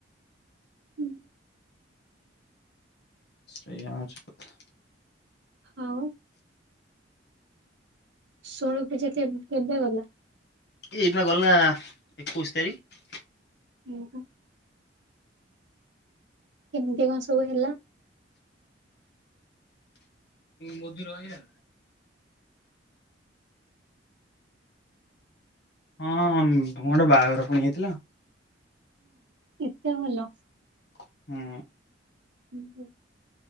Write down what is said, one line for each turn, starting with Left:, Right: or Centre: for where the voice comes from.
Right: ହୁଁ,
Left: ସେୟା ହଉଛି କଥା।
Right: ଆଉ ଷୋହଳ ପୁଜା କେ କେବେ ଗଲା?
Left: ଏଇପା ଗଲା ଏକୋଇଶି ତାରିଖ।
Right: ହୁଁ, କେମିତି କଣ ସବୁ ହେଲା।
Left: ମଦିରୁ ଆଇଲା? ହଁ ଗୋଟେ ବାହାଘର ପୁଣି ହେଇଥିଲା।
Right: ତ ଭଲ
Left: ହୁଁ।
Right: ଓ ହ